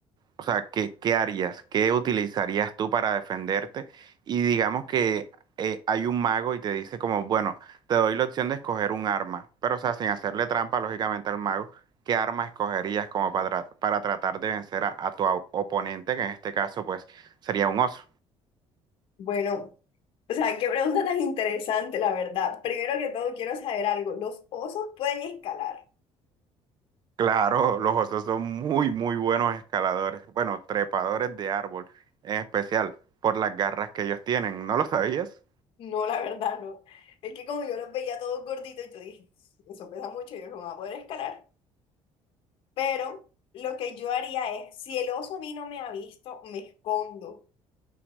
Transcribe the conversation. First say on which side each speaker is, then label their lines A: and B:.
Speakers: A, on the right; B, on the left.
A: O sea, ¿qué, qué harías? ¿Qué utilizarías tú para defenderte? Y digamos que eh, hay un mago y te dice como, bueno, te doy la opción de escoger un arma, pero, o sea, sin hacerle trampa, lógicamente, al mago. ¿Qué arma escogerías como para, tra- para tratar de vencer a, a tu au- oponente, que en este caso, pues, sería un oso?
B: Bueno, o sea, qué pregunta tan interesante, la verdad. Primero que todo, quiero saber algo. ¿Los osos pueden escalar?
A: Claro, los osos son muy, muy buenos escaladores, bueno, trepadores de árbol, en especial por las garras que ellos tienen. ¿No lo sabías?
B: No, la verdad, no. Es que como yo los veía todos gorditos, yo dije, "Sí, eso pesa mucho, yo no voy a poder escalar. Pero lo que yo haría es, si el oso a mí no me ha visto, me escondo.